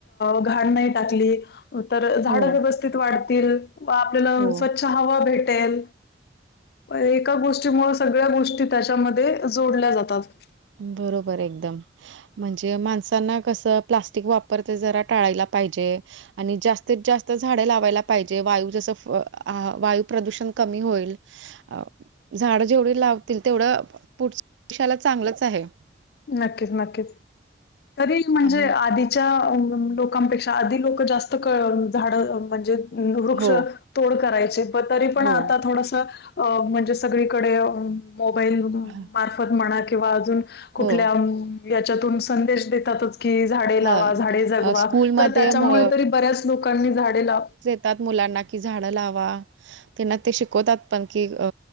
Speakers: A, on the left (about 55°); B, on the right (about 80°).
A: घाण नाहीटाकली, तर झाड
B: हो,
A: व्यव <unintelligible> वाढतील व, आपल्याला
B: हो.
A: स्वच्छ हवा भेटेल. एका गोष्टीमुळे, सगळ्या गोष्टी त्याच्यामध्ये जोडल्या जातात.
B: बरोबर एकदम, म्हणजे माणसांना कसं, प्लास्टिक वापरते, जरा टाळायला पाहिजे. आणि जास्तीत, जास्त झाडे लावायला पाहिजे. वायू जसं वायू प्रदूषण कमी होईल, अ झाड जेवढे लावतील, तेवढं पुढशाला चांगलंच आहे.
A: नक्कीच, नक्कीच तरी म्हणजे
B: आणि
A: आधी लोकांपेक्षा आधी, लोक जास्त झाड, म्हणजे वृक्ष
B: हो,
A: तोड करायचे, पण तरी पण
B: हो,
A: आता थोडस, अ म्हणजे, सगळीकडे मोबाईल
B: हां,
A: मार्फत म्हणा, किंवा अजून, कुठल्या
B: हो,
A: याच्यातून, संदेश देतातच, कि झाडे
B: हां.
A: लावा, झाडे जगवा,
B: अ स्कूलमध्ये
A: तर त्याच्यामुळे
B: म
A: तरी, बऱ्याच लोकांनी झाडे ला
B: त्यात मुलांना, की झाडं लावा. त्यांना ते शिकवतात पण, की अ